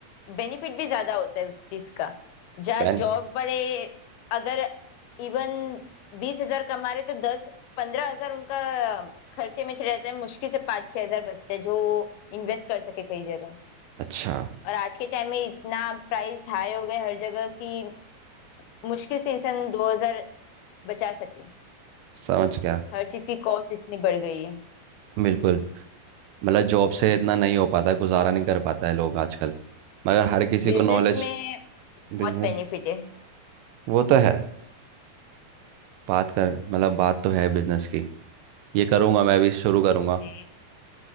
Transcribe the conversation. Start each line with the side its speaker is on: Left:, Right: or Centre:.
Left: बेनिफिट भी ज्यादा होता है उस चीज का जहाँ
Right: पेन
Left: जॉब वाले अगर इवन बीस हजार कमा रहे तो दस पंद्रह हजार उनका खर्चे में चले जाते हैं मुश्किल से पाँच छह हजार बचते हैं जो इन्वेस्ट कर सके कई जगह
Right: अच्छा
Left: और आज के टाइम में इतना प्राइस हाई हो गए हर जगह कि मुश्किल से इंसान दो हजार बचा सके
Right: समझ गया
Left: हर चीज की कॉस्ट इतनी बढ़ गई है
Right: बिल्कुल मतलब जॉब से इतना नहीं हो पाता गुजारा नहीं कर पाता है लोग आजकल मगर हर किसी
Left: बिजनेस
Right: को नॉलेज
Left: में बहुत
Right: बिजनेस
Left: बेनिफिट है
Right: वो तो है बात कर मतलब बात तो है बिजनेस की ये करूँगा मैं भी शुरू करूँगा
Left: जी